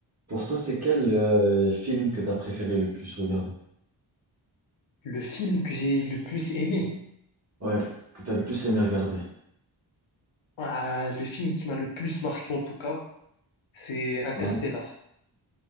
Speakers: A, on the right (about 35°); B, on the left (about 75°).
A: Pour toi, c'est quel euh, film que t'as préféré le plus regarder?
B: Le film que j'ai le plus aimé,
A: Ouais, que t'as le plus aimé regarder.
B: ah, le film qui m'a le plus marqué en tout cas, c'est Interstellar.
A: Ouais.